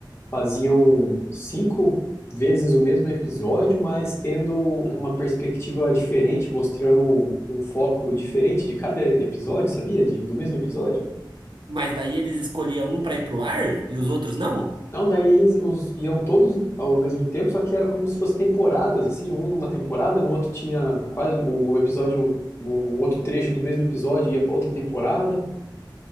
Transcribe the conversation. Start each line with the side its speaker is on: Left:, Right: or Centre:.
Left: faziam cinco vezes o mesmo episódio, mas tendo uma perspectiva diferente, mostrando um foco diferente de cada episódio, sabia? De, do mesmo episódio?
Right: Mas daí eles escolhiam um pra ir pro ar e os outros não?
Left: Não, daí eles os, iam todos ao mesmo tempo, só que era como se fossem temporadas, assim, um numa temporada, no outro tinha quase um episódio, um outro trecho do mesmo episódio ia para outra temporada.